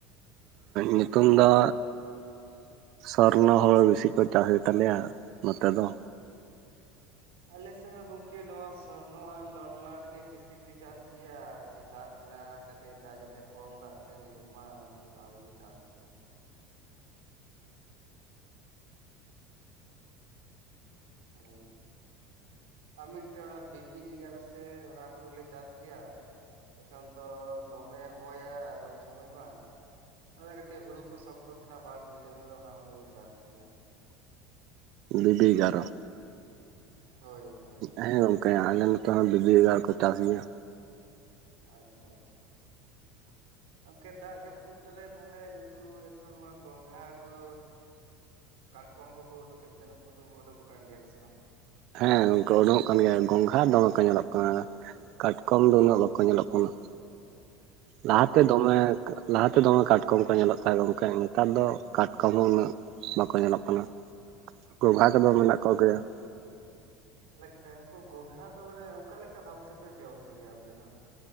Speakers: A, on the right (about 60°); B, on the right (about 90°).
A: ᱧᱩᱛᱩᱢ ᱫᱚ ᱥᱚᱨᱱᱚ ᱦᱩᱲᱩ ᱵᱮᱥᱤ ᱠᱚ ᱪᱟᱥ ᱜᱮᱛᱟ ᱞᱮᱭᱟ ᱱᱚᱛᱮ ᱫᱚ
B: ᱟᱞᱮᱥᱮ ᱦᱚᱸ ᱜᱚᱝᱠᱮ ᱱᱚᱣᱟ ᱥᱚᱨᱱᱚ ᱟᱨ ᱞᱚᱞᱞᱟᱴ ᱜᱮ ᱵᱮᱥᱤ ᱠᱚ ᱪᱟᱥ ᱜᱮᱭᱟ ᱟᱨ ᱥᱮᱛᱟᱜ ᱠᱷᱚᱱᱟᱜ ᱮᱱᱟᱱ ᱠᱷᱟᱹᱛᱤᱨ ᱫᱟᱜ ᱡᱟᱛᱮ ᱠᱚᱢ ᱫᱟᱜ ᱛᱮ ᱦᱩᱭᱩᱜ ᱢᱟ ᱚᱱᱟ ᱠᱷᱟᱹᱛᱤᱨ ᱱᱚᱣᱟ ᱜᱮᱠᱚ ᱪᱟᱥ ᱜᱮᱭᱟ ᱾ ᱦᱳᱭ ᱟᱨ ᱢᱤᱫᱴᱮᱜ ᱚᱱᱟ ᱵᱮᱠᱤ ᱡᱟᱭᱜᱟ ᱨᱮᱥᱮ ᱚᱱᱟ ᱦᱩᱲᱩ ᱞᱮ ᱪᱟᱥ ᱜᱮᱭᱟ ᱮᱠᱷᱚᱱ ᱛᱚ ᱫᱚᱢᱮ ᱦᱚᱸᱭᱟᱭ ᱟᱫᱚᱢ ᱥᱚᱢᱚᱭ ᱢᱟ ᱚᱱᱟ ᱠᱷᱟᱹᱛᱤᱨ ᱦᱩᱲᱩ ᱠᱚ ᱥᱚᱠᱛᱚ ᱛᱟᱦᱮᱱᱟ ᱵᱟᱝ ᱵᱷᱤᱫᱟᱹᱲ ᱦᱚᱫᱚᱜᱼᱟ ᱚᱱᱟ ᱦᱩᱲᱩ ᱞᱮ ᱪᱟᱥ ᱜᱮᱭᱟ ᱾
A: ᱵᱤᱵᱤ ᱮᱜᱟᱨᱚ
B: ᱦᱳᱭ ᱦᱳᱭ
A: ᱦᱮᱸ ᱜᱚᱝᱠᱮ ᱟᱞᱮ ᱱᱚᱛᱮ ᱦᱚᱸ ᱵᱤᱵᱤ ᱮᱜᱟᱨᱚ ᱠᱚ ᱪᱟᱥ ᱜᱮᱭᱟ
B: ᱟᱪᱪᱷᱟ ᱟᱪᱪᱷᱟ ᱜᱚᱝᱠᱮ ᱫᱟᱜ ᱡᱟᱹᱯᱩᱫ ᱨᱮ ᱛᱟᱦᱚᱞᱮ ᱱᱩᱠᱩ ᱮᱠᱷᱚᱱ ᱢᱟ ᱜᱚᱝᱜᱷᱟ ᱠᱚ ᱠᱟᱴᱠᱚᱢ ᱠᱚᱠᱚ ᱚᱰᱩᱠᱮᱜ ᱜᱮᱭᱟ ᱱᱩᱠᱩ ᱠᱚᱫᱚ ᱠᱚ ᱩᱰᱩᱠᱚᱜ ᱠᱟᱱ ᱜᱮᱭᱟ ᱥᱮ ᱵᱟᱝ?
A: ᱦᱮᱸ ᱜᱚᱝᱠᱮ ᱩᱰᱩᱠᱚᱜ ᱠᱟᱱ ᱜᱮᱭᱟ ᱾ ᱜᱚᱝᱜᱷᱟ ᱫᱚᱢᱮ ᱠᱚ ᱧᱮᱞᱚᱜ ᱠᱟᱱᱟ, ᱠᱟᱴᱠᱚᱢ ᱫᱚ ᱩᱱᱟᱹᱜ ᱵᱟᱠᱚ ᱧᱮᱞᱚᱜ ᱠᱟᱱᱟ ᱾
B: ᱟᱪᱪᱷᱟ
A: ᱞᱟᱦᱟᱛᱮ ᱫᱚᱢᱮ
B: ᱟᱪᱪᱷᱟ
A: ᱞᱟᱦᱟᱛᱮ ᱫᱚᱢᱮ ᱠᱟᱴᱠᱚᱢ ᱠᱚ ᱧᱮᱞᱚᱜ ᱛᱟᱦᱮᱸ ᱜᱚᱢᱠᱮ ᱱᱮᱛᱟᱨ ᱫᱚ ᱠᱟᱴᱠᱚᱢ ᱦᱚᱸ ᱩᱱᱟᱹᱜ ᱵᱟᱠᱚ ᱧᱮᱞᱚᱜ ᱠᱟᱱᱟ ᱾ ᱜᱚᱸᱝᱜᱷᱟ
B: ᱚ ᱟᱪᱪᱷᱟ
A: ᱠᱚᱫᱚ ᱢᱮᱱᱟᱜ ᱠᱚᱜᱮᱭᱟ ᱾
B: ᱛᱟᱦᱮᱞᱮ ᱩᱱᱠᱩ ᱜᱚᱝᱜᱷᱟ ᱫᱚ ᱢᱟᱱᱮ ᱚᱠᱟ ᱞᱮᱠᱟ ᱵᱷᱟᱵ ᱛᱮᱯᱮ ᱡᱚᱢ ᱠᱚᱜᱮᱭᱟ ᱟᱯᱮ ᱫᱚ?